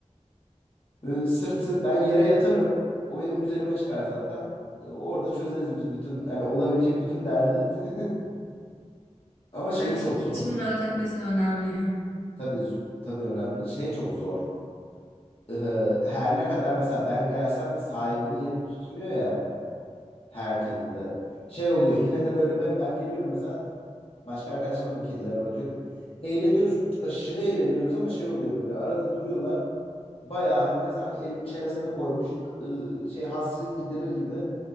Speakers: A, on the left (about 50°); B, on the left (about 20°).
A: Ee, sırt sırt ben yere yatarım. O benim üzerime çıkar zaten. Ee, orada çözeriz biz bütün hani olabilecek bütün derdi. <laughs> Ama
B: Yani
A: şeyi çok
B: çünkü
A: zor.
B: içimin rahat etmesi önemli. ha.
A: Tabii z- tabii önemli. Şey çok zor. Ee, her ne kadar mesela ben gelsem de sahibinin yerini tutmuyor ya her kedi de. Şey oluyor. Yine de böyle ben ben geliyorum mesela başka arkadaşlarımın da kedilerine bakıyorum. Eğleniyoruz. Aşırı eğleniyoruz ama şey oluyor böyle arada duruyorlar. Bayağı hani sanki elini çenesine koymuş ı- şey hasret giderir gibi